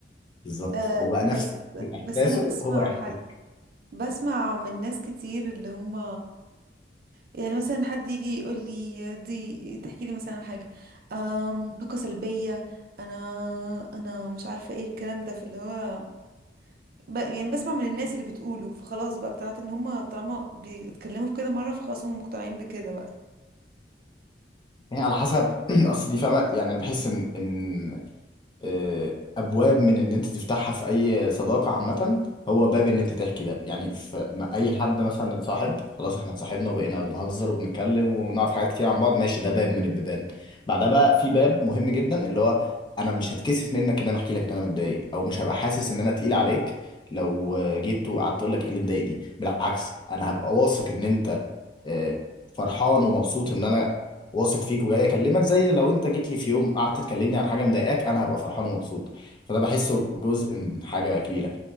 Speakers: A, on the left; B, on the right.
A: بالظبط
B: أه
A: هو بقى نفس
B: بس
A: احساسه
B: بس انا بسمع
A: هو احساسك
B: بسمع من ناس كتير اللي هم يعني مثلا حد يجي يقول لي دي تحكي لي مثلا حاجة أم طاقة سلبية انا انا مش عارفة ايه الكلام ده في اللي هو ب... يعني بسمع من الناس اللي بتقوله فخلاص بقى اقتنعت ان هم طالما بيتكلموا في كده مرة فخلاص هم مقتنعين بكده بقى
A: يعني على حسب <clears throat> اصل دي فاهمه يعني انا بحس ان ان آه، ابواب من ان انت تفتحها في اي صداقه عامه هو باب ان انت تحكي ده يعني في ما- اي حد مثلا اتصاحب خلاص احنا اتصاحبنا وبقينا بنهزر وبنتكلم ونعرف حاجات كتير عن بعض ماشي ده باب من البيبان بعدها بقى في باب مهم جدا اللي هو انا مش هتكسف منك ان انا احكي لك ان انا متضايق او مش هبقى حاسس ان انا تقيل عليك لو آه، جيت وقعدت تقول لك ايه اللي مضايقني بالعكس انا هبقى واثق ان انت آه، فرحان ومبسوط ان انا واثق فيك وجاي اكلمك زي لو انت جيت لي في يوم قعدت تكلمني عن حاجه مضايقاك انا هبقى فرحان ومبسوط فده بحسه جزء من حاجه كبيره